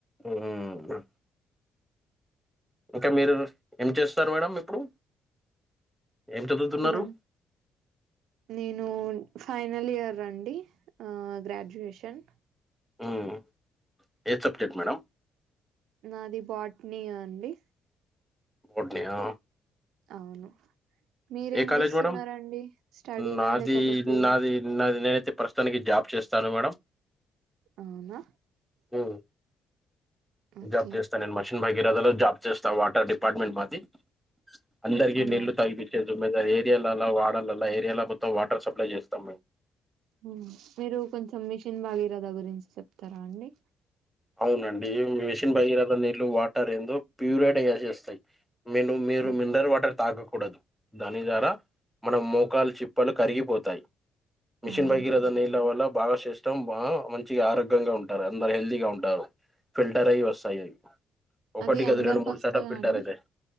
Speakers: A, in the centre; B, on the right (about 80°).
A: మ్మ్ హ్మ్ ఇంకా మీరు. ఏం చేస్తారు మేడం ఇప్పుడు. ఏం చదువుతున్నారు?
B: ఇప్పుడు నేను. ఫైనల్ ఇయర్ అండి ఆహ్ గ్రాడ్యుయేషన్.
A: ఉమ్ ఏ సబ్జెక్ట్ మేడం.
B: నాది బోటనీ అండి.
A: Botany yeah.
B: అవును. మీరేం
A: కాలేజ్
B: చేస్తున్నారండి
A: మేడం?
B: స్టడీనా
A: నాది,
B: లేకపోతే.
A: నాది, నాది నేనైతే ప్రస్తుతానికి జాబ్ చేస్తాను మేడం.
B: అవునా.
A: హ్మ్.
B: ఓకే
A: జాబ్ చేస్తా నేను మెషిన్ భగీరథ లో జాబ్ చేస్తా. వాటర్ డిప్ డిపార్ట్మెంట్ మాది. అందరికీ
B: అవునా
A: నీల్లు తాగిపిచ్చేది దుమాదే త్ ఏరియాలల్లా, వార్డులల్లా, ఏరియాలో మొత్తం వాటర్ సప్లై చేస్తాం మేము.
B: ఉమ్ మీరు కొంచెం మిషన్ భాగీరథ గురించి చెప్తారా అండి.
A: అవునండి మిషన్ భగీరథ నీళ్లు వాటర్ ఏందో ప్యూరైడ్ అయ్యేలా చేస్తాయి. ను మీరు మీరు
B: ఆ,
A: మినరల్ వాటర్. తాగకూడదు దాని ద్వారా మన మోకాలు చిప్పలు కరిగిపోతాయి. మిషన్
B: అవును
A: భగీరథ నీళ్ల వల్ల. బాగా శ్రేష్టం బాగా మంచిగా ఆరోగ్యంగా ఉంటారు. అందరు హెల్దీగా ఉంటా ఫిల్టర్ అయ్యి వస్తాయి అవి. ఒకటి
B: అది
A: కాదు
B: అందరికి
A: రెండు మూడు
B: వస్తదా
A: సార్లు ఫిల్టర్
B: అండి
A: అయితాయి.